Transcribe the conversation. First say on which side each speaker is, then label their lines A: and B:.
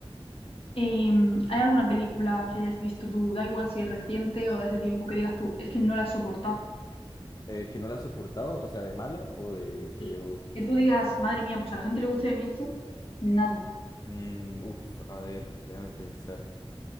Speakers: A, on the left (about 70°); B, on the left (about 40°).
A: Em, ¿hay alguna película que hayas visto tú? Da igual si es reciente o de hace tiempo, que digas tú, es que no la he soportado.
B: Eh, ¿que no la has soportado? O sea, de mala o de que.
A: Sí.
B: o-
A: Que tú digas, madre mía, pues a la gente le guste de mí esto, nada.
B: Mm, uf, a ver, déjame pensar.